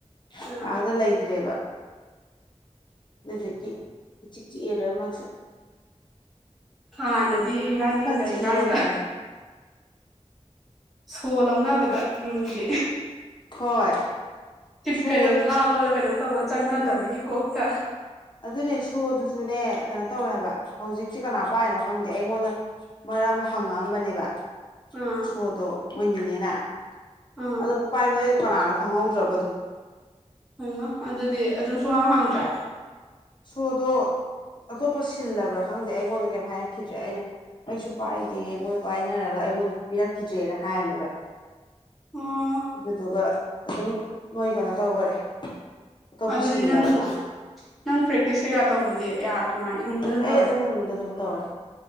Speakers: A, in the centre; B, on the left.
A: ꯑꯥ
B: ꯄꯥꯡꯅ ꯂꯩꯇ꯭ꯔꯦꯕ ꯑꯗꯨꯖꯤꯛꯀꯤ ꯆꯤꯛ ꯆꯤꯛꯑ ꯂꯣꯏ ꯃꯥꯁꯨ
A: ꯍꯥꯟꯅꯗꯤ ꯏꯕꯥꯅꯤ ꯂꯩꯀꯥꯟꯗ
B: ꯆꯤꯛꯑꯦ ꯍꯥꯏꯇꯥꯔꯦ
A: ꯁꯣ ꯂꯧꯅꯕꯗ ꯔꯨꯝꯒꯤ
B: ꯍꯣꯏ ꯁꯨ
A: ꯀꯩꯅꯣ ꯂꯥꯡꯕꯗꯣ ꯀꯩꯅꯣ ꯇꯧꯕ ꯆꯪꯅꯗꯕꯒꯤ ꯀꯣꯛꯇ
B: ꯑꯗꯨꯅꯦ ꯁꯣꯗꯨꯁꯨꯅꯦ ꯀꯩꯅꯣ ꯇꯧꯋꯦ ꯍꯥꯏꯕ ꯍꯧꯖꯤꯛꯁꯦ ꯀꯅꯥ ꯄꯥꯏꯅꯣ ꯈꯪꯗꯦ ꯑꯩꯉꯣꯟꯗ ꯑꯔꯝꯕ ꯍꯪꯉꯛꯑꯝꯕꯅꯦꯕ
A: ꯑꯥ
B: ꯁꯣꯗꯣ ꯃꯣꯏꯅꯤꯅꯤꯅꯦ
A: ꯑꯥ
B: ꯑꯗꯣ ꯄꯥꯏꯕꯗꯣ ꯑꯩꯗꯣ ꯀꯅꯥꯅꯣ ꯈꯪꯍꯧꯗ꯭ꯔꯕ ꯑꯗꯨꯝ
A: ꯍꯣꯏꯃ ꯑꯗꯨꯗꯤ ꯑꯗꯨꯝ ꯁꯨꯋꯥꯡ ꯍꯥꯡꯗ꯭ꯔꯥ
B: ꯁꯨꯗꯣ ꯑꯇꯣꯞꯄ ꯁꯤꯜꯂꯕ꯭ꯔꯥ ꯈꯪꯗꯦ ꯑꯩꯉꯣꯟꯗ ꯀꯩꯝ ꯍꯥꯏꯔꯛꯈꯤꯗ꯭ꯔꯦ ꯑꯩꯅ ꯑꯩꯁꯨ ꯄꯥꯏꯗꯦ ꯃꯣꯏ ꯄꯥꯏꯅꯔꯒ ꯑꯩꯉꯣꯟꯗꯁꯨ ꯄꯤꯔꯛꯈꯤꯗ꯭ꯔꯦꯅ ꯍꯥꯏꯕꯅꯦꯕ
A: ꯑꯣ
B: ꯑꯗꯨꯗꯨꯒ ꯑꯗꯨꯝ ꯃꯣꯏ ꯀꯩꯅꯣ ꯇꯧꯈꯔꯦ ꯑꯇꯣꯞꯄ
A: ꯑꯗꯨꯗꯤ
B: ꯁꯤꯜꯂꯕ
A: ꯅꯪ
B: ꯃꯥꯜꯂꯦ
A: ꯅꯪ ꯄ꯭ꯔꯦꯛꯇꯤꯁ ꯀꯩꯀꯥ ꯇꯧꯕꯗꯤ ꯀꯃꯥꯏ ꯔꯨꯝꯗ
B: ꯑꯩ
A: ꯇꯧꯔꯦ
B: ꯑꯗꯨꯝ ꯔꯨꯝꯗ ꯑꯗꯨꯝ ꯇꯧꯔꯦ